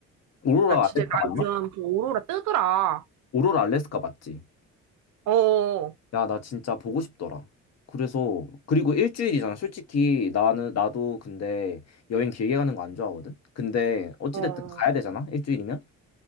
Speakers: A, on the left (about 55°); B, on the right (about 70°).
A: 오로라
B: 야, 진짜
A: 알래스카
B: 나
A: 맞나?
B: 요즘 그 오로라 뜨더라.
A: 오로라 알래스카 맞지?
B: 어,
A: 야, 나 진짜 보고 싶더라. 그래서, 그리고 일주일이잖아. 솔직히 나는, 나도 근데 여행 길게 가는 거 안 좋아하거든? 근데 어찌됐든
B: 어,
A: 가야 되잖아? 일주일이면?